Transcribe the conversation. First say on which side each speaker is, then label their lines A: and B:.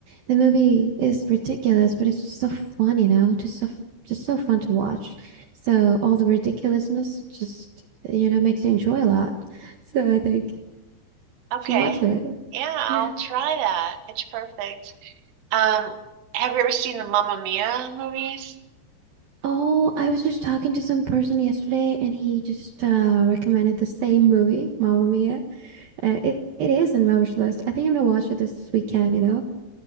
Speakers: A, on the right; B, on the right.
A: The movie is ridiculous, but it's just so fun, you know, just so f- just so fun to watch. So all the ridiculousness just you know makes you enjoy a lot. <laughs> So I think you
B: Okay.
A: should watch it.
B: Yeah, I'll
A: Yeah.
B: try that. Pitch Perfect. Um, have you ever seen the Mamma Mia movies?
A: Oh, I was just talking to some person yesterday and he just uh, recommended the same movie, Mamma Mia. Uh, it, it is on my wish list. I think I'm gonna watch it this weekend, you know?